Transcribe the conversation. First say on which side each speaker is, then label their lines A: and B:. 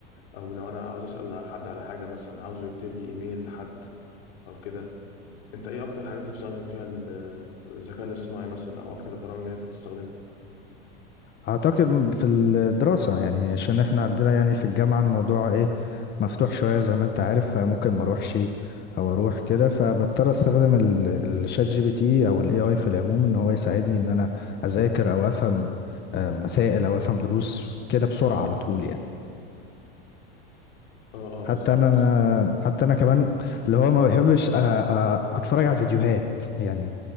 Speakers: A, on the left (about 70°); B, on the left (about 35°).
A: او لو انا عاوز اسال حد على حاجه مثلا عاوزه يكتب لي ايميل لحد او كده انت ايه اكتر الحاجات اللي بتستخدم فيها ال- آه، الذكاء الاصطناعي مثلا او اكتر البرامج اللي انت بتستخدمها
B: اعتقد في الدراسة يعني عشان احنا عندنا يعني في الجامعة الموضوع ايه مفتوح شوية زي ما انت عارف فممكن ما اروحش
A: <laughs> مم.
B: او اروح كده فبضطر استخدم ال- الشات جي بي تي او الاي اي في العموم ان هو يساعدني ان انا اذاكر او افهم آه، مسائل او افهم دروس كده بسرعة على طول يعني
A: اه اه
B: حتى
A: بالظبط
B: انا أنا- حتى انا كمان اللي هو ما بحبش أ- أ- اتفرج على الفيديوهات يعني